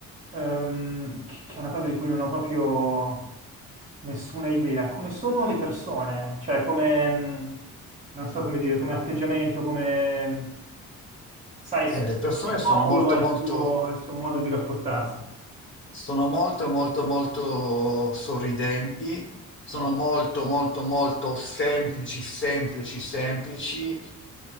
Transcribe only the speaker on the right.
ehm, che che è una cosa di cui non ho proprio nessuna idea, come sono le persone? Cioè, come, mh, non so come dire, come atteggiamento, come... mm, Sai,
ogni
popolo
ha il
suo, il suo modo di rapportarsi.
No.